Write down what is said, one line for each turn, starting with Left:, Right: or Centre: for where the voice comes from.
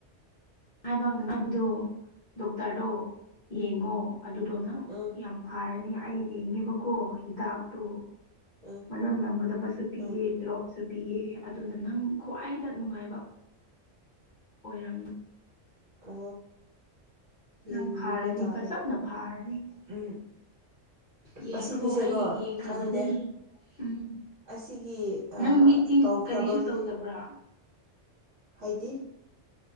Left: <unintelligible> ꯗꯣꯛꯇꯔꯗꯣ ꯌꯦꯡꯉꯣ ꯑꯗꯨꯗꯣ ꯅꯪ
Right: ꯑꯥ
Left: ꯌꯥꯝ ꯐꯔꯅꯤ ꯑꯩ ꯌꯦꯡꯉꯦꯕꯀꯣ ꯍꯤꯗꯥꯛꯇꯣ
Right: ꯎꯝ
Left: ꯃꯅꯝ ꯅꯝꯒꯗꯕꯁꯨ ꯄꯤꯌꯦ
Right: ꯎꯝ
Left: ꯗ꯭ꯔꯣꯞꯁꯨ ꯄꯤꯌꯦ ꯑꯗꯨꯅ ꯅꯪ ꯈ꯭ꯋꯥꯏꯗ ꯅꯨꯡꯉꯥꯏꯕ ꯑꯣꯏꯔꯝꯃꯤ
Right: ꯑ ꯌꯦꯅ
Left: ꯅꯪ ꯐꯥꯔꯅꯤ
Right: ꯎꯕ ꯇꯥꯔꯦ
Left: ꯐꯖꯅ ꯐꯥꯔꯅꯤ
Right: ꯎꯝ
Left: ꯌꯦꯡꯈ꯭ꯔꯣ
Right: ꯑꯁꯤꯒꯤꯁꯦꯀꯣ
Left: ꯑꯩ ꯌꯦꯡꯈ꯭ꯔꯕꯅꯤ
Right: ꯈꯪꯗꯦ
Left: ꯎꯝ
Right: ꯑꯁꯤꯒꯤ
Left: ꯅꯪ ꯃꯤꯠꯇꯤ
Right: ꯇꯧꯈ꯭ꯔꯕ
Left: ꯀꯔꯤꯁꯨ ꯇꯧꯗꯕ꯭ꯔꯥ
Right: ꯃꯤ ꯍꯥꯏꯗꯤ